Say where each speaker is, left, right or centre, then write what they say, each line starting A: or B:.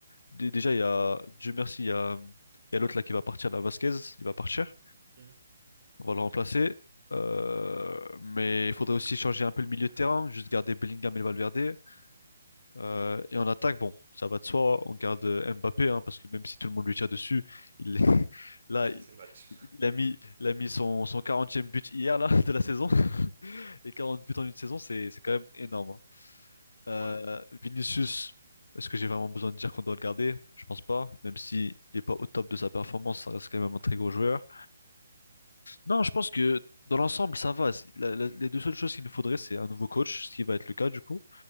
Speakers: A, on the left; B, on the right.
A: Dé- Déjà, il y a, Dieu merci, il y a, il y a l'autre là qui va partir, la Vasquez, il va partir.
B: Hmm
A: On va le remplacer. Euh, mais il faudrait aussi changer un peu le milieu de terrain, juste garder Bellingham et Valverde. Euh, et en attaque, bon, ça va de soi, on garde euh, Mbappé, hein, parce que même si tout le monde lui tire dessus, il <laughs> là,
B: Il fait
A: il
B: ses matchs.
A: il a mis, il a mis son, son 40 but hier là, <laughs> de la saison. <laughs> Et 40 buts en une saison,
B: Hmm
A: c'est c'est quand même énorme. hein. Euh,
B: Ouais.
A: Vinicius, est-ce que j'ai vraiment besoin de dire qu'on doit le garder? Je pense pas. Même s'il n'est pas au top de sa performance, ça reste quand même un très gros joueur. Non, je pense que dans l'ensemble, ça va. C'est- la- la- les deux seules choses qu'il nous faudrait, c'est un nouveau coach, ce qui va être le cas du coup,